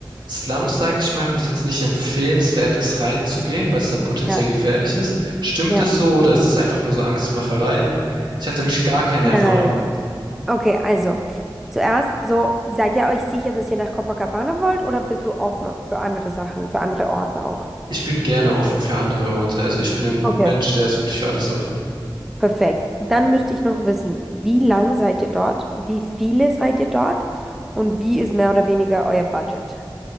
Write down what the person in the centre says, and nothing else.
ja,
ja.
Nein.
Okay, also. Zuerst, so, seid ihr euch sicher, dass ihr nach Copacabana wollt oder bist du offen für andere Sachen, für andere Orte auch?
Okay.
Perfekt. Dann müsste ich noch wissen, wie lang seid ihr dort? Wie viele seid ihr dort? Und wie ist mehr oder weniger euer Budget?